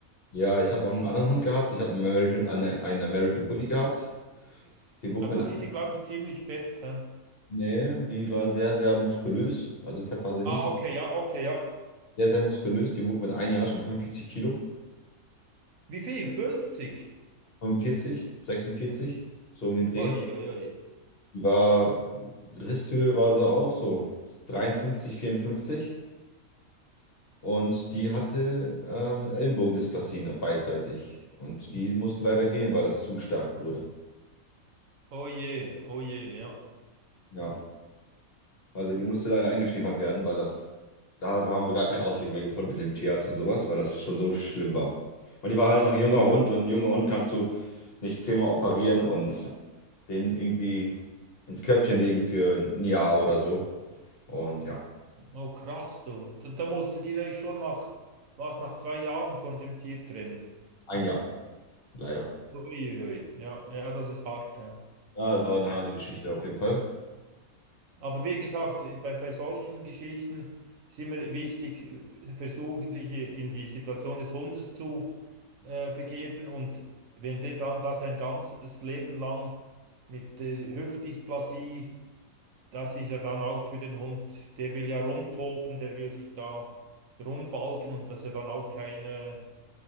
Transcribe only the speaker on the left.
Ja, ich habe noch einen anderen Hund gehabt. Ich habe einen American, eine, einen American Bully gehabt. Die wog
mit,
ein-
nee, die war sehr, sehr muskulös. Also fett war sie nicht.
Die
war
Sehr, sehr muskulös. Die wog mit ein Jahr schon 45 Kilo.
45, 46, so um den Dreh.
Die war, Risthöhe war sie auch so 53, 54. Und die hatte ähm, Ellenbogendysplasie ne, beidseitig. Und die musste leider gehen, weil das zu stark wurde.
Ja. Also die musste leider eingeschläfert werden, weil das, da haben wir gar keinen Ausweg mehr gefunden mit dem Tierarzt und sowas, weil das schon so schlimm war. Und die war halt noch ein junger Hund und ein junger Hund kannst du nicht zehnmal operieren und den irgendwie ins Körbchen legen für ein Jahr oder so. Und ja,
ein Jahr, leider.
Ja, das war eine harte Geschichte auf jeden Fall.